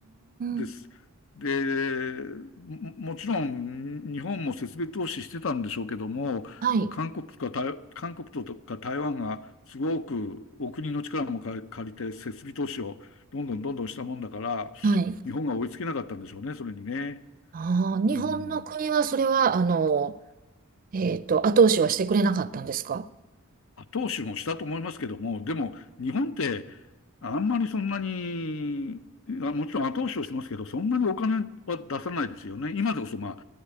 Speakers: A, on the left; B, on the right.
A: です。
B: ん。
A: で、も、もちろん日本も設備投資してたんでしょうけども、
B: はい。
A: 韓国とか台、韓国とか台湾がすごくお国の力も借り借りて設備投資をどんどんどんどんしたもんだから、
B: はい。
A: 日本が追いつけなかったんでしょうね、それにね。
B: ああ、日本の国はそれは、
A: うん。
B: あの、えっと、後押しはしてくれなかったんですか
A: 後押しもしたと思いますけども、でも日本ってあんまりそんなに、あもちろん後押しをしますけど、そんなにお金は出さないですよね。今でこそまあ